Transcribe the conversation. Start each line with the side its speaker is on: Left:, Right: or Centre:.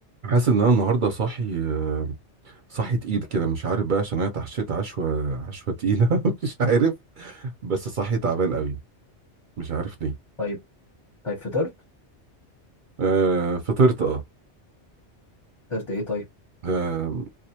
Right: حاسس ان انا النهارده صاحي آه، صاحي تقيل كده مش عارف بقى عشان انا اتعشيت عشوه عشوه تقيله <laughs> مش عارف بس صاحي تعبان قوي مش عارف ليه
Left: طيب طيب فطرت
Right: آه فطرت اه
Left: فطرت ايه طيب
Right: آه،